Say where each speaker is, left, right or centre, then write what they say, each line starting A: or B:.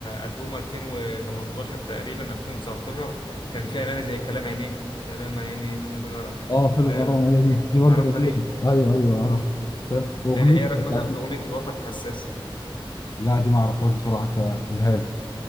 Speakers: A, on the left; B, on the left.
A: البوم 2018 تقريبا 2019 كان فيها اغاني زي كلام عينيه كلام عينيه في الغرام
B: اه في
A: لا-
B: الغرام هي دي دي برضه
A: تعرفها
B: جميله
A: دي
B: ايوه ايوه اعرف
A: اه
B: دي ف- واغنيه
A: آه، ايه
B: بتاعتي
A: رايك مثلا في اغنيه الوتر الحساس
B: لا دي ما اعرفهاش بصراحه انت قولها لي